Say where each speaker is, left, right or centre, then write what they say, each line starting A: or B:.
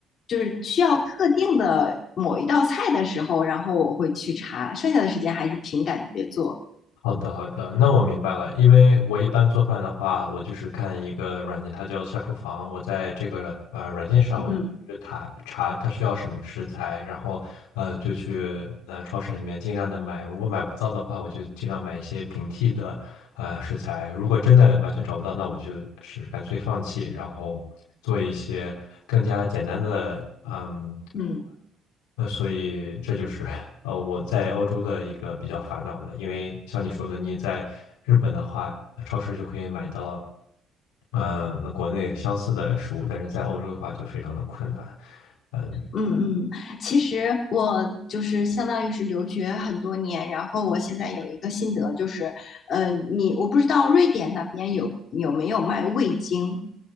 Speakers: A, on the left; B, on the left.
A: 就是需要特定的某一道菜的时候，然后我会去查，剩下的时间还是凭感觉做。
B: 好的，好的，那我明白了。因为我一般做饭的话，我就是看一个软件，它叫下厨房。我在这个呃软件上，
A: 嗯
B: 我就去查查它需要什么食材，然后呃就去呃超市里面尽量的买。如果买不到的话，我就尽量买一些平替的呃食材。如果真的完全找不到，那我就是干脆放弃，然后做一些更加简单的嗯。
A: 嗯。
B: 呃，所以这就是呃我在欧洲的一个比较烦恼的，因为像你说的，你在日本的话，呃超市就可以买到，嗯、那国内相似的食物，但是在欧洲的话就非常的困难。嗯，
A: 嗯嗯，其实我就是相当于是留学很多年，然后我现在有一个心得，就是，呃，你我不知道瑞典那边有有没有卖味精，